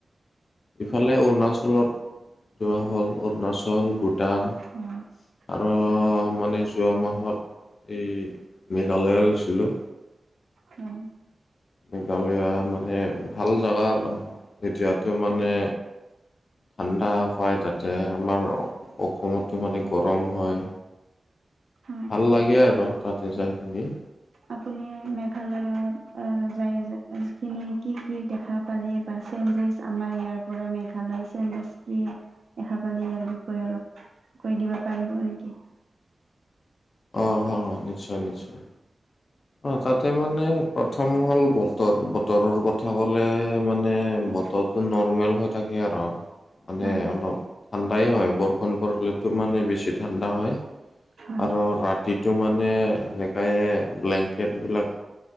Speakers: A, on the left; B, on the right.
A: ইফালে অৰুণাচলত যোৱা হ'ল, অৰুণাচল, ভূটান
B: হয়
A: আৰু
B: হয়
A: মানে যোৱা মাহত এই মেঘালয় গৈছিলোঁ।
B: অহ।
A: মেঘালয় মানে ভাল জেগা আৰু এতিয়াতো মানে
B: হয়
A: ঠাণ্ডা পায়, তাতে আমাৰ অসমত থকা মানে গৰম হয়।
B: হয়
A: ভাল লাগে আৰু তাতে যাইকিনি
B: আপুনি মেঘালয়ত আহ, যায় কিনি কি কি দেখা পালি বা চেঞ্জেছ আমাৰ ইয়াৰ পৰা মেঘালয় চেঞ্জেছ কি দেখা পালি ইয়াৰ বিষয় অলপ কৈ দিব পাৰিব নেকি
A: অহ, ‌ হ নিশ্চয় নিশ্চয়। অ তাতে মানে প্ৰথম হ'ল বতৰ, বতৰৰ কথা ক'লে মানে
B: হয়
A: বতৰত। নৰ্মেল হৈ থাকে আৰু মানে
B: হয়
A: অলপ ঠাণ্ডাই হয়। বৰষুণ পৰিলেতো মানে বেছি ঠাণ্ডা হয়।
B: হয়
A: আৰু ৰাতিটো মানে এনেকাই ব্লেংক কেটবিলাক